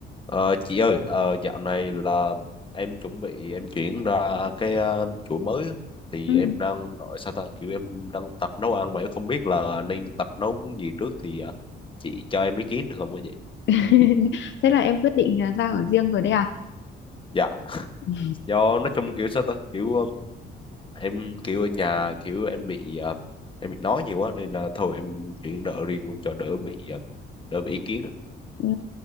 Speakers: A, on the left; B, on the left.
A: Ờ, chị ơi, ờ, dạo này là em chuẩn bị em chuyển ra cái ờ, chỗ mới á. thì
B: Ừ.
A: em đang gọi sao ta kiểu em đang tập nấu ăn vậy không biết là nên tập nấu món gì trước thì ờ, chị cho em ý kiến được không ạ chị?
B: <laughs> Thế là em quyết định là ra ở riêng rồi đấy à?
A: Dạ,
B: Ừ.
A: do nói chung kiểu sao ta kiểu ờ, em kiểu ở nhà kiểu em bị ờ, em bị nói nhiều quá nên là thôi em chuyển đỡ riêng luôn cho đỡ bị ờ, đỡ bị ý kiến. á.
B: Ừ.